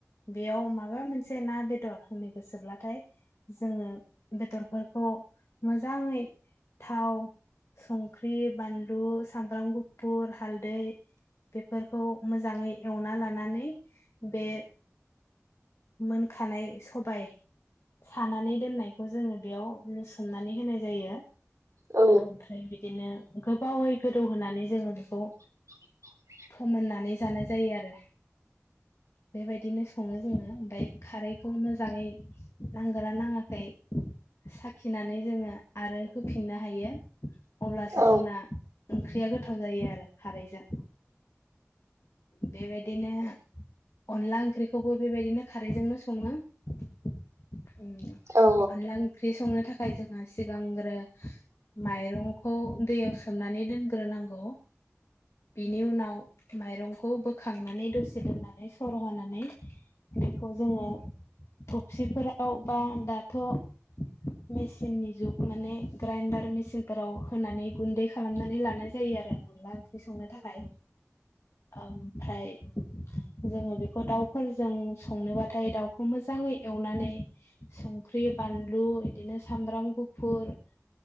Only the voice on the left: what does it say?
बेयाव माबा मोनसे मोनसे ना बेदर होनो गोसोब्लाथाय जोङो बेदरफोरखौ मोजाङै थाव संख्रि बानलु सामब्राम गुफुर हालदै बेफोरखौ मोजाङै एवना लानानै बे मोनखानाय सबाय सानानै दोननायखौ जोङो बेयाव लुसोमनानै होनाय जायो
ओमफ्राय बिदिनो गोबावै गोदौ होनानै जोङो बेखौ
फोमोननानै जानाय जायो आरो बेबायदिनो सङो जोङो ओमफाय खारैखौ मोजाङै नांगोना नाङाखै साखिनानै जोङो आरो होफिननो हायो अब्लासो
जोंना ओंख्रिया गोथाव जायो आरो खारैजों बेबायदिनो अनला ओंख्रिखौबो बेबायदिनो खारैजोंनो सङो अनला
ओंख्रि संनो थाखाय खायजोंङास गांग्रो माइरंखौ दैयाव सोमनानै दोनग्रोनांगौ बिनि उनाव माइरंखौ बोखांनानै दसे दोननानै सर' होनानै बेखौ जोङो थबसिफोराव बा दाथ' मेचिननि जुग माने ग्राइन्दार मेचिनफोराव होनानै गुन्दै खालामनानै लानाय जायो आरो अनला ओंख्रि संनो थाखाय ओमफ्राय जोङो बेखौ दाउफोरजों संनोबाथाय दाउखौ मोजाङै एवनानै संख्रि बानलु बिदिनो सामब्राम गुफुर